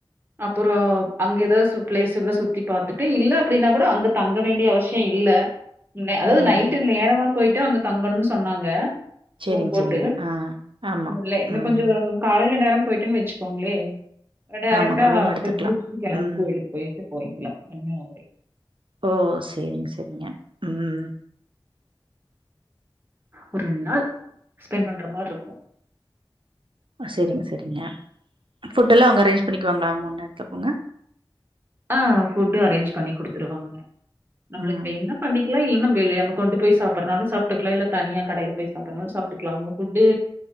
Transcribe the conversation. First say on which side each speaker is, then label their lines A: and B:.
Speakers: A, on the right; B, on the right.
A: அப்பறொ அங்க ஏதாவது சுத் பிளேஸ் இருந்தா சுத்தி பாத்துட்டு இல்ல அப்டின்னா கூட அங்க தங்க வேண்டிய அவசிய இல்ல அதாவது
B: ம்.
A: நைட்டு நேரமா போயிட்டு அங்க தங்கணும்னு சொன்னாங்க
B: சரிங்க,
A: ரூம் போட்டு
B: சரிங்க. ஆ.
A: <unintelligible>
B: ஆமா.
A: இல்ல இன்னு
B: ம்.
A: கொஞ்ச காலையில நேரமா போயிட்டுன்னு வச்சுக்கோங்களே டேரெக்டா
B: ஆமாங்க. ரூம் எடுத்துக்கலாம்.
A: போய் குளிசிட்டு கிளம்பி
B: ம்.
A: கோயிலுக்கு போயிட்டு போயிக்கலாம் கன்னியாகுமரி
B: ஓ சேரிங்க சரிங்க ம்
A: ஒரு ரெண்டு நாள் ஸ்பெண்ட் பண்ற மாரி இருக்கும்
B: ஆ சேரிங்க சரிங்க ஃபுட் எல்லா அவங்க அரேஞ்ச் பண்ணிக்குவாங்களா மூணு நேரத்துக்குங்க
A: ஆ ஃபுட்டு அரேஞ்ச் பண்ணி கொடுத்துருவாங்க நம்மளுக்கு
B: ம்.
A: வேன்னுனா பண்ணிக்கலாம் இல்லன்னா நம்ம வெளியே நம்ம கொண்டு போய் சாப்பிடனாலும் சாப்பிட்டுக்கலா இல்ல தனியா கடையில போய் சாப்புடறனாலும் சாப்புட்டுக்கலாம் அவங்க ஃபுட்டூ